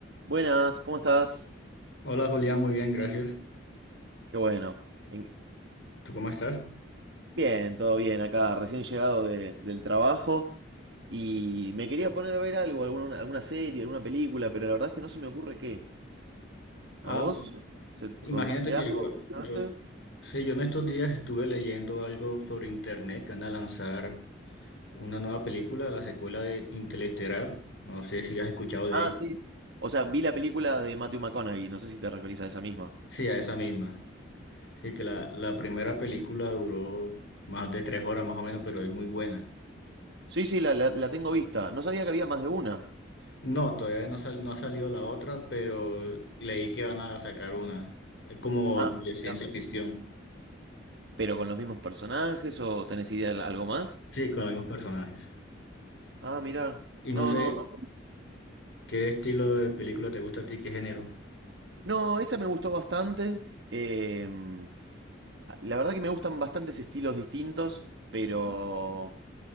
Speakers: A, on the right; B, on the left.
A: Buenas, ¿cómo estás?
B: Hola Julián, muy bien, gracias.
A: Qué bueno. En-
B: ¿Tú cómo estás?
A: Bien, todo bien acá, recién llegado de- del trabajo y me quería poner a ver algo, alguna, alguna serie, alguna película, pero la verdad es que no se me ocurre qué.
B: Ah,
A: ¿A vos? ¿Se-
B: imagínate
A: ¿Conociste
B: que
A: algo
B: yo,
A: últimamente?
B: yo, sí, yo en estos días estuve leyendo algo sobre internet que van a lanzar una nueva película, la secuela de Interestelar. No sé si has escuchado de
A: Ah,
B: ella.
A: sí. O sea, vi la película de Matthew McConaughey, no sé si te referís a esa misma.
B: Sí, a esa misma. Sí, que la, la primera película duró más de tres horas más o menos, pero es muy buena.
A: Sí, sí, la, la- la tengo vista. No sabía que había más de una.
B: No, todavía no, sal- no ha salido la otra, pero leí que van a sacar una. Es como
A: Ah,
B: de
A: mira.
B: ciencia ficción.
A: ¿Pero con los mismos personajes o tenés idea de la- algo más?
B: Sí, con los mismos personajes.
A: Ah, mirá.
B: Y no
A: No,
B: sé,
A: no, no.
B: ¿Qué estilo de película te gusta a ti? ¿Qué género?
A: No, esa me gustó bastante. em, la verdad que me gustan bastantes estilos distintos, pero